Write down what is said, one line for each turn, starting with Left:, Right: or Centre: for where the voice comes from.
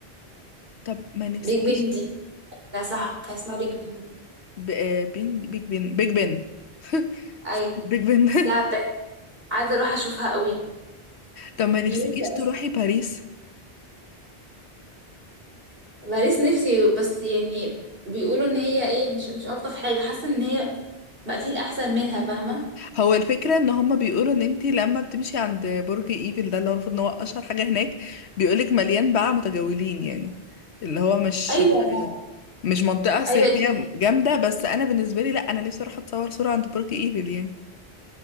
Left: طب ما نفسكيش
Right: بيج بن دي لا صح كان اسمها بيج بن
Left: ب... آه، بين بيج بن بيج بن <laughs>
Right: ايوه
Left: بيج بن <laughs>
Right: الساعه بتاعت عايزه اروح اشوفها قوي
Left: طب ما نفسكيش
Right: نيويورك
Left: تروحي باريس
Right: باريس نفسي بس يعني بيقولوا ان هي ايه مش مش الطف حاجه حاسه ان هي بقى في الاحسن منها فاهمه
Left: هو الفكرة ان هما بيقولوا ان انتي لما بتمشي عند برج ايفل ده اللي هو المفروض ان هو اشهر حاجة هناك بيقولك مليان بقى متجولين يعني اللي هو مش
Right: ايوه ما
Left: مش منطقة سياحية
Right: ايوه دي حقيقة.
Left: جامدة بس أنا بالنسبة لي لأ أنا نفسي أروح أتصور صورة عند برج إيفل يعني